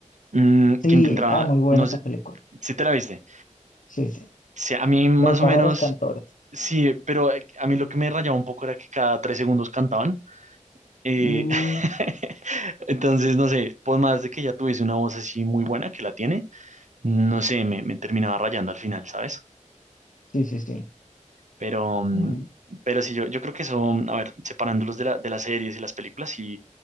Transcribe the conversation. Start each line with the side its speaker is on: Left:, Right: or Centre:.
Right: mm,
Left: Sí,
Right: que intentaba,
Left: ah, muy buena
Right: no
Left: esta
Right: sé,
Left: película.
Right: si te la viste.
Left: Sí, sí.
Right: Sí, a mí más
Left: La de pájaros
Right: o menos,
Left: cantores.
Right: sí, pero eh, a mí lo que me rayaba un poco era que cada tres segundos cantaban Eh,
Left: Mm,
Right: <laughs> entonces, no sé, por más de que ya tuviese una voz así muy buena que la tiene, no sé, me, me terminaba rayando al final, ¿sabes?
Left: sí, sí, sí.
Right: Pero, mm,
Left: Bueno,
Right: pero sí, yo, yo creo que eso, a ver, separándolos de la, de las series y las películas, sí